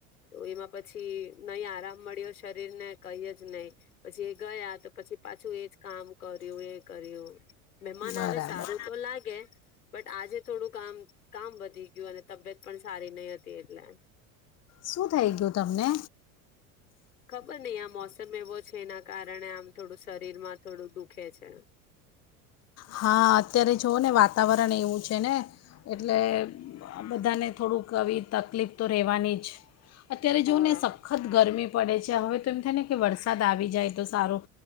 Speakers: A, on the left; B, on the left.
A: તો એમાં પછી નહી આરામ મળ્યો શરીર ને કઈ જ નહી પછી એ ગયા તો પછી પાછું એજ કામ કર્યું એ કર્યું. મહેમાન
B: બરાબર
A: આવે સારું તો લાગે. બટ આજે થોડું કામ કામ વધી ગયું અને તબિયત પણ સારી નહી હતી. તેટલે.
B: શું થઈ ગયું તમને.
A: ખબર નહિ આ મોસમ એવો છે એના કારણે આમ થોડું શરીરમાં થોડું દુખે છે.
B: હા. અત્યારે જોઓ ને વાતાવરણ એવું છે ને. એટલે બધાને થોડુંક કવી તકલીફ તો રહેવાની જ અત્યારે
A: હા
B: જોવ ને સખત ગરમી પડે છે હવે તો એમ થાય ને કે વરસાદ આવી જાય તો સારું.